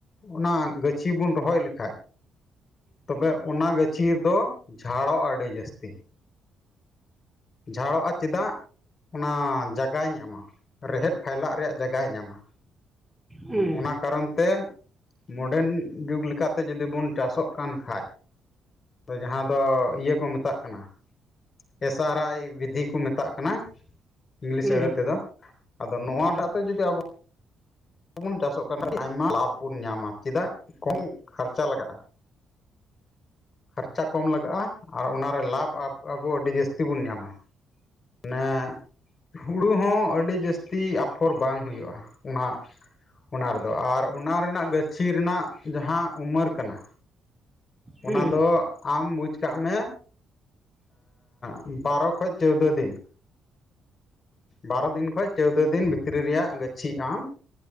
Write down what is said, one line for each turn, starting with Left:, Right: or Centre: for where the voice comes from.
Left: ᱚᱱᱟ ᱾ ᱪᱷᱤ ᱵᱚᱱ ᱨᱳᱦᱚᱭ ᱞᱮᱠᱷᱟᱱ ᱛᱚᱵᱮ ᱚᱱᱟ ᱜᱟᱪᱷᱤ ᱫᱚ ᱡᱷᱟᱲᱚᱜᱼᱟ ᱟᱹᱰᱤ ᱡᱟᱹᱥᱛᱤ ᱾ ᱡᱷᱟᱲᱚᱜᱼᱟ ᱪᱮᱫᱟᱜ ᱥᱮ ᱚᱱᱟ ᱡᱟᱜᱟᱭ ᱧᱟᱢᱼᱟ, ᱨᱮᱦᱮᱫ ᱯᱷᱟᱭᱞᱟᱣ ᱨᱮᱭᱟᱜ ᱡᱟᱜᱟᱭ ᱧᱟᱢᱼᱟ ᱾
Centre: ᱦᱩᱸ
Left: ᱚᱱᱟ ᱠᱟᱨᱚᱱ ᱛᱮ ᱢᱚᱰᱮᱱ ᱡᱩᱜ ᱞᱮᱠᱟᱛᱮ ᱵᱚᱱ ᱪᱟᱥᱚᱜ ᱠᱟᱱ ᱠᱷᱟᱭᱡ᱾ ᱡᱟᱦᱟᱸ ᱫᱚ ᱤᱭᱟᱹ ᱠᱚ ᱢᱮᱛᱟᱜ ᱠᱟᱱᱟ ᱾ ᱮᱟᱥᱟᱨᱟᱭ ᱵᱤᱫᱷᱤ ᱠᱚ ᱢᱮᱛᱟᱜ ᱠᱟᱱᱟ ᱾ ᱤᱝᱞᱤᱥ
Centre: ᱦᱩᱸ
Left: ᱟᱹᱲᱟᱹ ᱛᱮᱫᱚ ᱟᱫᱚ ᱱᱚᱶᱟ
Centre: ᱦᱩᱸ
Left: ᱴᱟᱜ
Centre: ᱦᱩᱸ
Left: ᱛᱮ ᱡᱩᱫᱤ ᱟᱵᱚ ᱾ ᱵᱚᱱ ᱪᱟᱥᱚᱜ ᱠᱟᱱ ᱠᱷᱟᱱ ᱟᱭᱢᱟ ᱞᱟᱵᱽ ᱵᱚᱱ ᱧᱟᱢᱼᱟ, ᱪᱮᱫᱟᱜ ᱥᱮ ᱠᱚᱢ ᱠᱷᱟᱨᱪᱟ ᱞᱟᱜᱟᱜᱼᱟ ᱾ ᱠᱷᱟᱨᱪᱟ ᱠᱚᱢ ᱞᱟᱜᱟᱜᱼᱟ ᱟᱨ ᱚᱱᱟ ᱨᱮ ᱞᱟᱵᱽ ᱟᱵᱚ ᱟᱹᱰᱤ ᱡᱟᱹᱥᱛᱤ ᱵᱚᱱ ᱧᱟᱢᱼᱟ ᱾ ᱢᱟᱱᱮ ᱦᱩᱲᱩ ᱦᱚᱸ ᱟᱹᱰᱤ ᱡᱟᱹᱥᱛᱤ ᱟᱯᱷᱚᱨ ᱵᱟᱝ ᱦᱩᱭᱩᱜᱼᱟ ᱚᱱᱟ ᱚᱱᱟ ᱨᱮᱫᱚ ᱟᱨ ᱚᱱᱟ ᱨᱮᱱᱟᱜ ᱜᱟᱹᱪᱷᱤ ᱨᱮᱱᱟᱜ ᱡᱟᱦᱟᱸ ᱩᱢᱟᱹᱨ ᱠᱟᱱᱟ
Centre: ᱦᱩᱸ
Left: ᱚᱱᱟ ᱫᱚ ᱟᱢ ᱵᱩᱡᱽ ᱠᱟᱜ ᱢᱮ ᱮᱸᱜ ᱵᱟᱨᱚ ᱠᱷᱚᱡ ᱪᱳᱭᱫᱚ ᱫᱤᱱ ᱵᱟᱨᱚ ᱫᱤᱱ ᱠᱷᱚᱡ ᱪᱳᱣᱫᱚ ᱫᱤᱱ ᱵᱷᱤᱛᱨᱤ ᱨᱮᱭᱟᱜ ᱜᱟᱹᱪᱷᱤ ᱟᱢ